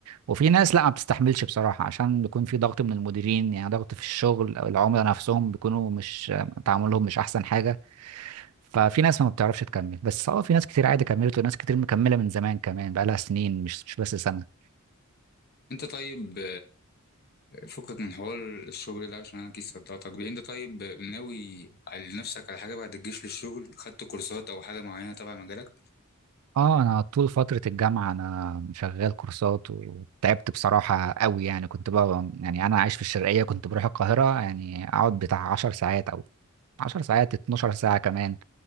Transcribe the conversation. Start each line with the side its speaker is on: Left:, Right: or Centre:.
Right: وفي ناس لا ما بتستحملش بصراحة عشان بيكون في ضغط من المديرين يعني ضغط في الشغل أو العملاء نفسهم بيكونوا مش تعاملهم مش أحسن حاجة ففي ناس ما بتعرفش تكمل بس اه في ناس كتير عادي كملت وناس كتير مكملة من زمان كمان بقالها سنين مش مش بس سنة
Left: انت طيب فكك من حوار الشغل ده عشان انا كيس صدعتك بيه. انت طيب ناوي على نفسك على حاجه بعد الجيش للشغل خدت كورسات او حاجه معينه تبع مجالك
Right: اه انا طول فترة الجامعة انا شغال كورسات وتعبت بصراحة قوي يعني كنت بقى يعني انا عايش في الشرقية كنت بروح القاهرة يعني اقعد بتاع 10 ساعات او 10 ساعات 12 ساعة كمان